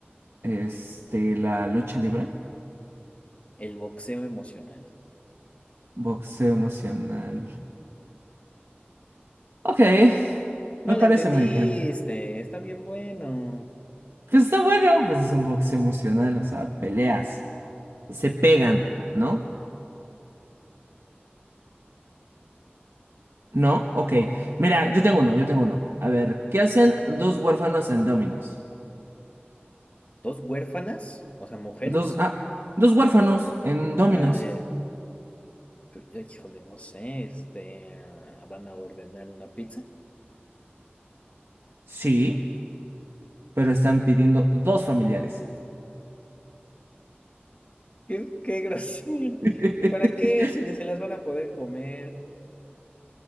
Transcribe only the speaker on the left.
El boxeo emocional.
No
le entendiste,
está bien bueno.
¿Dos huérfanas? O sea, mujeres.
Ah, ya. Pero, ay, Híjole, no sé, este, ah, van a ordenar una pizza.
Qué, qué <laughs> grosero.
¿Para qué? Si ni se las van a poder comer.